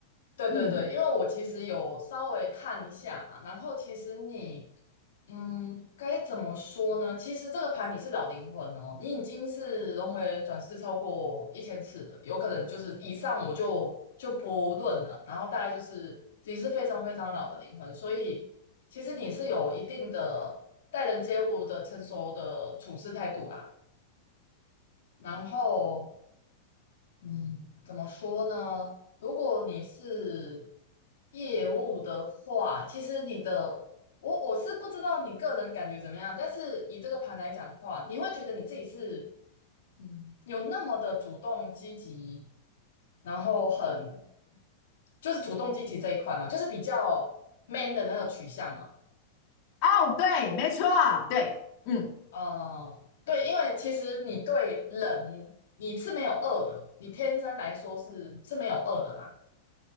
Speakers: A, on the left (about 80°); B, on the left (about 50°).
A: 对对对，
B: 嗯。
A: 因为我其实有稍微看一下嘛，然后其实你嗯该怎么说呢？其实这个盘你是老灵魂哦，你已经是轮回转世超过一千次了，有可能就是以上我就就不论了，然后大概就是你是非常非常老的灵魂，所以其实你是有一定的待人接物的成熟的处事态度啦。然后嗯，怎么说呢？如果你是业务的话，其实你的我我是不知道你个人感觉怎么样，但是以这个盘来讲的话，你会觉得你自己是嗯有那么的主动积极，然后很就是主动积极这一块嘛，就是比较 man 的那个取向嘛。
B: 哦，对，没错，对，嗯，
A: 嗯，对，因为其实你对人你是没有恶的，你天生来说是是没有恶的啦。